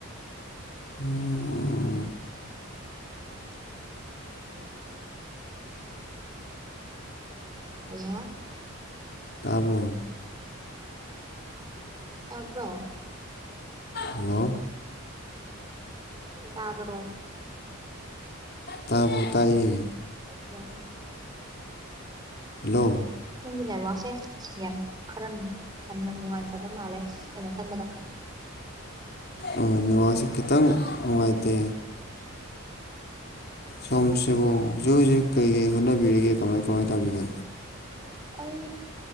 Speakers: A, on the left; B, on the right.
A: ꯎꯝ
B: <inaudible> ꯍꯜꯂꯣ
A: ꯇꯥꯕ꯭ꯔꯣ
B: ꯇꯄꯔꯣ
A: ꯍꯜꯂꯣ
B: ꯇꯥꯕꯔꯣ
A: ꯇꯥꯕꯔ‌ꯣ ꯇꯥꯏꯌꯦ
B: ꯑꯣ
A: ꯍꯜꯂꯣ
B: ꯅꯪꯒꯤ ꯅꯦꯠꯋꯥꯛꯁꯦ ꯌꯥꯝ ꯈꯔ ꯌꯥꯝꯅ ꯅꯨꯡꯉꯥꯏꯇꯕ ꯃꯥꯜꯂꯦ ꯑꯩꯅ ꯈꯟꯕꯗ ꯎꯝ
A: ꯑ ꯅꯦꯋꯥꯛꯁꯦ ꯈꯤꯇꯪ ꯅꯨꯡꯉꯥꯏꯇꯦ ꯁꯣꯝꯁꯤꯕꯨ ꯍꯧꯖꯤꯛ ꯍꯧꯖꯤꯛ ꯀꯩꯀꯩ ꯍꯣꯠꯅꯕꯤꯔꯤꯒꯦ ꯀꯃꯥꯏ ꯀꯃꯥꯏ ꯇꯧꯔꯤꯒꯦ
B: ꯑꯩ